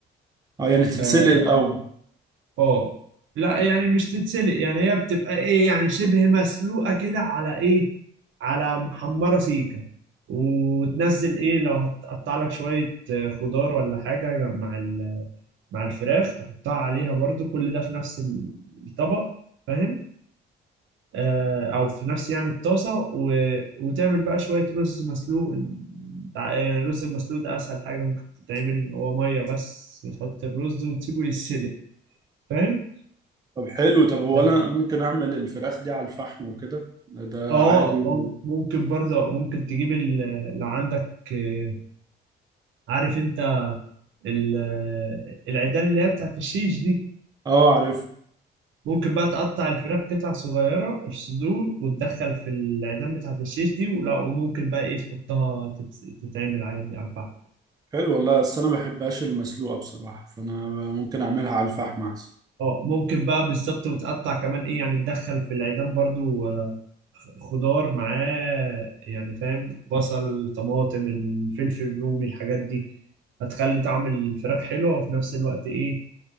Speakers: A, on the right (about 20°); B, on the right (about 75°).
A: اه يعني تتسلق
B: اه
A: الاول
B: آه. لا يعني مش تتسلق يعني هي بتبقى ايه يعني شبه مسلوقه كده على ايه على محمره سيكه وتنزل ايه لو هتقطع لك شويه آه، خضار ولا حاجه مع ال مع الفراخ تحطها عليها برضو كل ده في نفس الطبق فاهم آه او في نفس يعني الطاسه و... وتعمل بقى شويه رز مسلوق تع- يعني الرز المسلوق ده اسهل حاجه ممكن تتعمل هو ميه بس وتحط الرز وتسيبه يتسلق فاهم
A: طب حلو طب هو
B: اه
A: انا ممكن اعمل الفراخ دي على الفحم وكده ده
B: آه،
A: عادي ولا
B: مم- ممكن برضه ممكن تجيب ال- لو عندك آه، عارف انت ال- آه، العيدان اللي هي بتاعت الشيش دي
A: اه عارف
B: ممكن بقى تقطع الفراخ قطع صغيرة الصدور وتدخل في العيدان بتاعة الشيش دي ولا وممكن بقى ايه تحطها تت- تتعمل عادي على الفحم
A: حلو والله بس انا ما بحبهاش المسلوقة بصراحة فانا ممكن اعملها على الفحم احسن
B: اه ممكن بقى بالظبط وتقطع كمان ايه يعني تدخل في العيدان برضو آه، خضار معاه يعني فاهم بصل طماطم الفلفل الرومي الحاجات دي هتخلي طعم الفراخ حلو وفي نفس الوقت ايه